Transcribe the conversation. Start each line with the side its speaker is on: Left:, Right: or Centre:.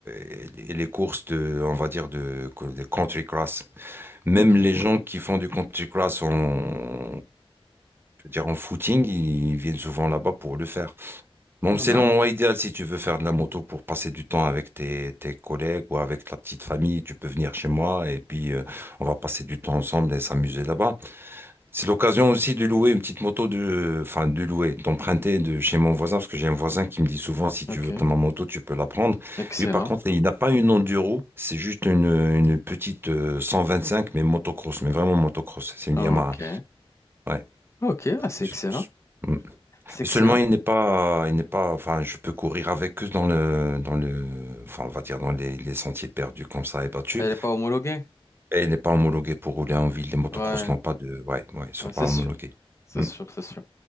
Right: et les et les courses de, on va dire, de, de country cross. Même
Left: Ok,
Right: les gens qui font du Country Cross en, je veux dire, en footing, ils viennent souvent là-bas pour le faire. Bon,
Left: pas
Right: c'est
Left: mal.
Right: l'endroit idéal si tu veux faire de la moto pour passer du temps avec tes, tes collègues ou avec la petite famille. Tu peux venir chez moi et puis euh, on va passer du temps ensemble et s'amuser là-bas. C'est l'occasion aussi de louer une petite moto de, enfin, de louer, d'emprunter de chez mon voisin, parce que j'ai un voisin qui me dit souvent, si tu
Left: Ok,
Right: veux ta ma moto, tu peux la prendre.
Left: excellent.
Right: Lui, par contre, il n'a pas une enduro, c'est juste une, une petite euh, 125, mais motocross, mais vraiment motocross. C'est une
Left: Ok,
Right: Yamaha. Ouais.
Left: ok, ah, c'est
Right: Je-
Left: excellent.
Right: je- Mm.
Left: C'est
Right: Mais
Left: excellent.
Right: seulement, il n'est pas, il n'est pas, enfin, je peux courir avec eux dans le, dans le, enfin, on va dire dans les, les sentiers perdus comme ça et battus.
Left: Elle n'est pas homologuée.
Right: Et il n'est pas homologué pour rouler en ville. Les motocross
Left: Ouais,
Right: n'ont pas de, ouais, ouais, ils sont
Left: ouais,
Right: pas
Left: c'est
Right: homologués.
Left: sûr, c'est
Right: Mm.
Left: sûr, c'est sûr.